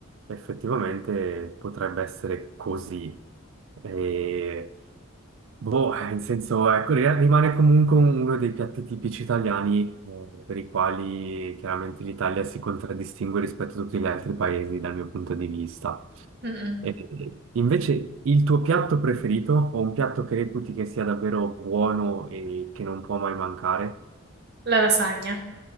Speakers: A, on the right; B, on the right.
A: effettivamente potrebbe essere così. E Boh, eh, in senso, ecco, ri- rimane comunque un- uno dei piatti tipici italiani, eh, per i quali chiaramente l'Italia si contraddistingue rispetto a tutti gli altri paesi dal mio punto di vista.
B: Mm-mm.
A: E- invece, il tuo piatto preferito, o un piatto che reputi che sia davvero buono e che non può mai mancare?
B: La lasagna,